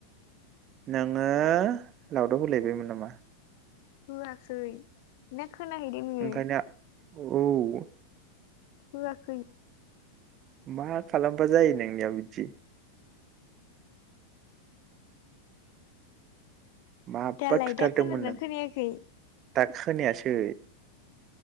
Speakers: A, on the right (about 30°); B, on the left (about 50°).
A: नोङो लावदाव होलायबायमोन नामा।
B: होयाखै खोनाहैदों नोंडों।
A: ओंखायनो औ
B: होआखै।
A: मा खालामबा जायो नोंनियाव बिदि। माबा
B: दालाय
A: थुथारदोंमोन
B: दा खोनादोंनानै
A: नों
B: खोनायाखै।
A: दा खोनायासै।